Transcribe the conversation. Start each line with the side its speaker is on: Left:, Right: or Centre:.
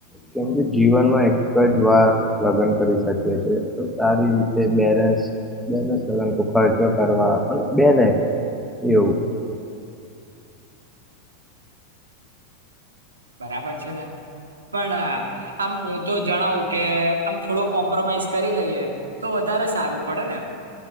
Centre: કેમ કે જીવનમાં એક જ વાર લગ્ન કરી શકી છે તો સારી રીતે બેલેન્સ બેલેન્સ લગન તો ખર્ચ કરવા પણ બેલેન્સ એવું.
Right: બરાબર છે ને પણ આમ હું તો જણાવું કે આમ થોડો કોમ્પ્રોમાઈઝ કરી લઈએ તો વધારે સારું પડે ને.